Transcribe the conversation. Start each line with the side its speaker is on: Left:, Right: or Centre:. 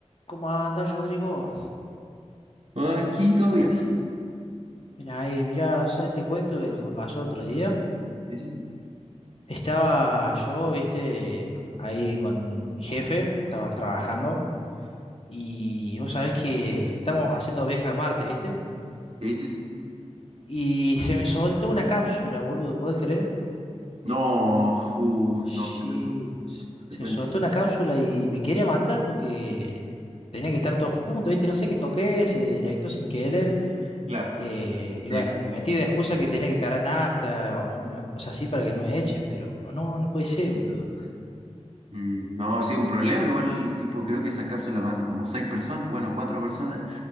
Left: ¿Cómo andas, Rodrigo?
Right: Aquí todo bien.
Left: Mira ahí, mira, ¿sabes? Te cuento que lo que me pasó otro día.
Right: ¿Qué dices?
Left: Estaba yo, viste, ahí con mi jefe, estábamos trabajando, y vos sabés que estamos haciendo viaje a Marte, viste,
Right: ¿Qué dices?
Left: y se me soltó una cápsula, boludo, ¿podés creer?
Right: No, uh,
Left: Sí,
Right: no, tremendo. Eso, Te
Left: se
Right: cuento.
Left: me soltó una cápsula y me quería matar porque tenía que estar todos juntos, viste, no sé qué toqué, se eyectó sin querer,
Right: Claro.
Left: Eh, y
Right: Sí.
Left: bueno, y metí de excusa que tenía que cargar nafta o una cosa así para que no me eche, pero no, no puede ser, boludo.
Right: Mm, No, sí, un problema. Igual, tipo, creo que esas cápsulas van como seis personas, bueno, cuatro personas